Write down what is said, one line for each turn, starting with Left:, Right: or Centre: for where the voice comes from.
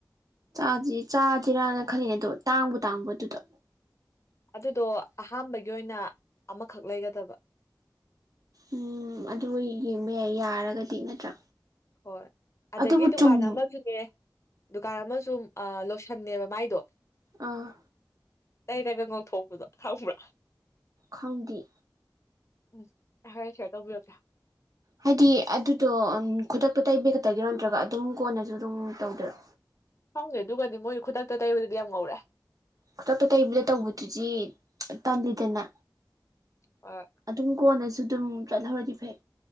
Right: ꯆꯥꯖꯤ ꯆꯥꯖꯦꯔꯥꯅ ꯈꯜꯂꯤꯅꯦ ꯑꯗꯣ ꯇꯥꯡꯕꯨ ꯇꯥꯡꯕ꯭ꯔꯥ ꯑꯗꯨꯗ
Left: ꯑꯗꯨꯗꯣ ꯑꯍꯥꯟꯕꯒꯤ ꯑꯣꯏꯅ ꯑꯃꯈꯛ ꯂꯩꯒꯗꯕ
Right: ꯎꯝ ꯑꯗꯨ ꯌꯦꯡꯕ ꯌꯥꯏ ꯌꯥꯔꯒꯗꯤ ꯅꯠꯇ꯭ꯔꯥ
Left: ꯍꯣꯏ ꯑꯗꯒꯤ
Right: ꯑꯗꯨꯕꯨ
Left: ꯗꯨꯀꯥꯟ
Right: ꯆꯨꯝꯃ
Left: ꯑꯃꯁꯨꯅꯦ ꯗꯨꯀꯥꯟ ꯑꯃꯁꯨ ꯑ ꯂꯣꯁꯟꯅꯦꯕ ꯃꯥꯏꯗꯣ
Right: ꯑꯥ
Left: ꯇꯩꯔꯒ ꯉꯧꯊꯣꯛꯄꯗꯣ ꯈꯪꯕ꯭ꯔꯥ
Right: ꯈꯪꯗꯦ
Left: ꯎꯝ ꯍꯣꯔꯦꯟ ꯁꯦꯔ ꯇꯧꯕꯤꯔꯛꯀꯦ
Right: ꯍꯥꯏꯗꯤ ꯑꯗꯨꯗꯣ ꯈꯨꯗꯛꯇꯣ ꯇꯩꯕꯤꯒꯛꯇꯒꯤꯔꯣ ꯅꯠꯇ꯭ꯔꯒ ꯑꯗꯨꯝ ꯀꯣꯟꯅꯁꯨ ꯑꯗꯨꯝ ꯇꯧꯗꯔꯣ
Left: ꯈꯪꯗꯦ ꯑꯗꯨꯒꯗꯤ ꯃꯣꯏ ꯈꯨꯗꯛꯇ ꯇꯩꯕꯗꯨꯗꯤ ꯌꯥꯝ ꯉꯧꯔꯦ
Right: ꯈꯨꯗꯛꯇ ꯇꯩꯕꯗ ꯇꯧꯕꯗꯨꯗꯤ ꯇꯜꯂꯤꯗꯅ
Left: ꯑ
Right: ꯑꯗꯨꯝ ꯀꯣꯟꯅꯁꯨ ꯑꯗꯨꯝ ꯆꯠꯍꯧꯔꯗꯤ ꯐꯩ